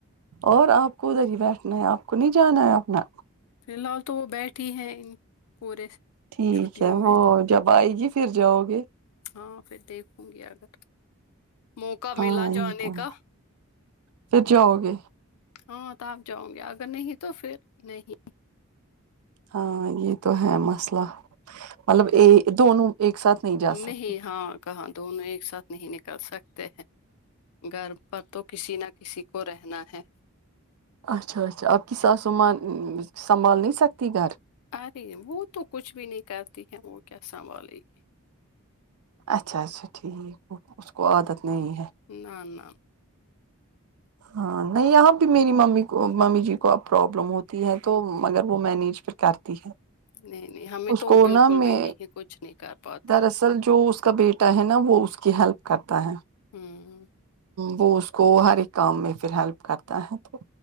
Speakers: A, on the right; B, on the left.
A: اور آپ کو ادھر ہی بیٹھنا ہے آپ کو نہیں جانا ہے اپنا
B: فی الحال تو وہ بیٹھی ہیں پورے
A: ٹھیک
B: چھٹیوں
A: ہے
B: میں
A: وہ جب آئے گی پھر جاؤ گے
B: ہاں پھر دیکھوں گی اگر موقع
A: ہاں
B: ملا
A: یہ
B: جانے
A: تو
B: کا
A: پھر جاؤ گے
B: ہاں تو تپ جاؤ نگی اگر نہیں تو پھر نہیں
A: ہاں یہ تو ہے مثلا مطلب یہ دونوں ایک ساتھ نہیں جا سکتے
B: نہیں ہاں کہاں دونوں ایک ساتھ نہیں نکل سکتے ہیں گھر پر تو کسی نہ کسی کو رہنا ہے
A: اچھا اچھا آپ کی ساسو ماں نہ سنبھال نہیں سکتی گھر
B: ا رہے وہ تو کچھ بھی نہیں کرتی ہے وہ کیا سنبھالے گی
A: اچھا اچھا ٹھیک ا اس کو عادت نہیں ہے
B: نہ نہ
A: ہاں نہیں یہاں بھی میری ممی کو ممی جی کو اب پرابلم ہوتی ہے تو مگر وہ مینیج کرتی ہے
B: نہیں نہیں ہمیں
A: اس
B: تو
A: کو
B: بالکل
A: نہ میں
B: بھی نہیں کچھ نہیں کر پاتی
A: دراصل جو اس کا بیٹا ہے نا وہ اس کی ہیلپ کرتا ہے
B: ھمم
A: وہ اس کو ہر ایک کام میں پھر ہیلپ کرتا ہے تو